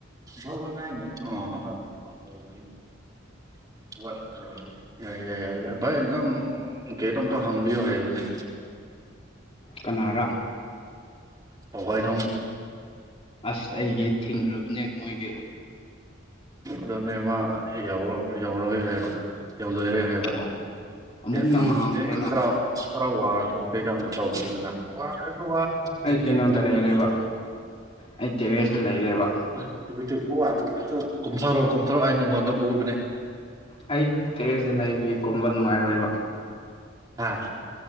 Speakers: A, on the right; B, on the left.
A: ꯑꯣ <unintelligible> ꯏꯌꯥ ꯌꯥꯏꯗ ꯚꯥꯏ ꯅꯪ ꯒꯦꯠ ꯑꯝꯇ ꯍꯥꯡꯕꯤꯌꯨ ꯍꯩꯕꯅꯦ
B: ꯀꯅꯥꯔꯥ
A: ꯄꯧꯒꯥꯏꯗꯣꯡ
B: ꯑꯁ ꯑꯩꯒꯤ ꯊꯤꯡꯈ꯭ꯔꯕꯅꯦ ꯃꯣꯏꯒꯤ
A: ꯑꯗꯨꯅꯦꯃ ꯌꯧꯔꯒꯦ ꯍꯥꯏꯕ ꯌꯧꯗꯣꯏꯔꯦ ꯍꯥꯏꯕ
B: ꯑꯣ ꯑꯃꯨꯛ
A: ꯅꯪ
B: ꯍꯥꯡꯈ꯭ꯔꯣ ꯅꯪ
A: ꯈꯔ ꯈꯔ ꯋꯥꯔꯁꯨ ꯀꯩꯒ ꯑꯝꯇ ꯇꯧꯕꯤ ꯑꯗꯨꯅ ꯋꯥ ꯋꯥ
B: ꯑꯩ
A: ꯇꯤꯟ
B: ꯀꯩꯅꯣꯗ
A: ꯀ ꯍꯖ
B: ꯂꯩꯔꯦꯕ
A: ꯋꯥꯖ
B: ꯑꯩ ꯇꯦꯔꯦꯁꯇ ꯂꯩꯔꯦꯕ
A: <unintelligible> ꯀꯨꯝꯊꯥꯔꯣ ꯀꯨꯝꯊꯔꯛꯑꯣ ꯑꯩ ꯅꯪꯉꯣꯟꯗ ꯎꯕꯅꯦ
B: ꯑꯩ ꯇꯦꯔꯦꯁꯇ ꯂꯩꯕꯒꯤ ꯀꯨꯝꯕ ꯅꯨꯡꯉꯥꯏꯔꯣꯏꯕ
A: ꯍꯥꯥ